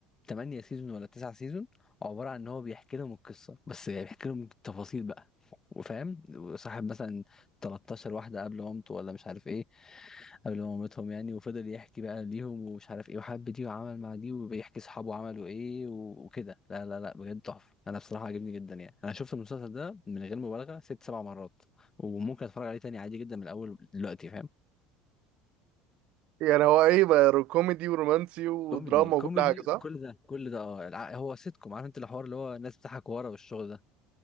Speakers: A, on the left; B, on the right.
A: 8 سيزون ولا 9 سيزون عباره عن ان هو بيحكي لهم القصه بس يعني بيحكي لهم التفاصيل بقى وفاهم وصاحب مثلا 13 واحده قبل مامته ولا مش عارف ايه قبل مامتهم يعني وفضل يحكي بقى ليهم ومش عارف ايه وحب دي وعمل مع دي وبيحكي صحابه عملوا ايه و- وكده لا لا لا بجد تحفة انا بصراحة عجبني جدا يعني انا شفت المسلسل ده من غير مبالغة ست سبع مرات وممكن اتفرج عليه تاني عادي جدا من الاول دلوقتي فاهم
B: يعني هو ايه بقى رو- كوميدي ورومانسي ودراما
A: كوميدي كوميدي
B: وكل حاجه صح
A: كل ده كل ده اه الع- هو سيت كوم عارف انت الحوار اللي هو الناس بتضحك ورا والشغل ده